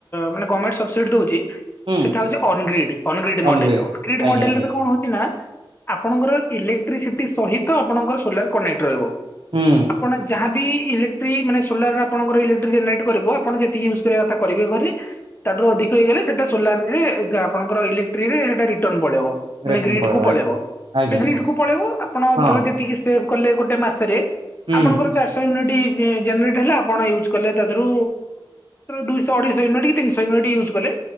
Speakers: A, on the left; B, on the right.
A: ମାନେ ଗଭର୍ମେଣ୍ଟ ସବସିଡି ଦଉଛି
B: ହୁଁ
A: ସେଟା ହଉଛି ଅନଗ୍ରିଡ ଅନଗ୍ରିଡ
B: ଅନଗ୍ରେଡ।
A: ମଡେଲ ଅନଗ୍ରିଡ
B: ଆଜ୍ଞା
A: ମଡେଲରେ
B: ଆଜ୍ଞା
A: କଣ ହଉଛି ନା ଆପଣଙ୍କର ଇଲେକ୍ଟ୍ରିସିଟି ସହିତ ଆପଣଙ୍କର ସୋଲାର କନେକ୍ଟ ରହିବ।
B: ହୁଁ
A: ଆପଣ ଯାହାବି ଇଲେ ମାନେ ସୋଲାର ଆପଣଙ୍କ ଇଲେକ୍ଟ୍ରିକ ଜେନେରେଟ କରିବ ଆପଣ ଯେତିକି ୟୁଜ୍ କରିବା କଥା କରିବେ ଘରେ ତାଠାରୁ ଅଧିକ ହେଇଗଲେ ସେଟା ସୋଲାର ରେ ଆପଣଙ୍କର ଇଲେକ୍ଟ୍ରିକରେ ସେଟା ରିଟର୍ଣ ପଳେଇବ। ମାନେ
B: ରିଟର୍ନ
A: ଗ୍ରୀଡ
B: ପଳେଇବା
A: କୁ ପଳେଇବ
B: ଆଜ୍ଞା। ଆଜ୍ଞା
A: ଗ୍ରୀଡ
B: ଆଜ୍ଞା
A: କୁ ପଳେଇବୁ ଆପଣ
B: ହଁ
A: ଥର ଯେତିକି ସେଭ କଲେ ଗୋଟେ ମାସରେ
B: ହୁଁ
A: ଆପଣଙ୍କର ଚାରିଶହ ୟୁନିଟ୍ ଜେନେରେଟ୍ ହେଲେ ଆପଣ ୟୁଜ୍ କଲେ ତାରୁ ଦୁଇଶହ ଅଢେଇଶ ଇଉନିଟ୍ ତିନିଶହୟିଟ ୟୁଜ କଲେ